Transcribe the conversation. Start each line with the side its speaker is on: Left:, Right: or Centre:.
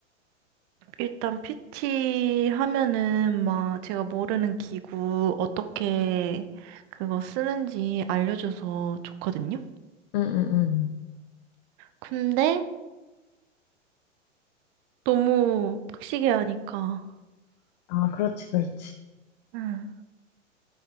Right: 일단 PT 하면은 막 제가 모르는 기구 어떻게 그거 쓰는지 알려줘서 좋거든요.
Left: 응, 응, 응.
Right: 근데 너무 빡시게 하니까,
Left: 아, 그렇지, 그렇지.
Right: 응,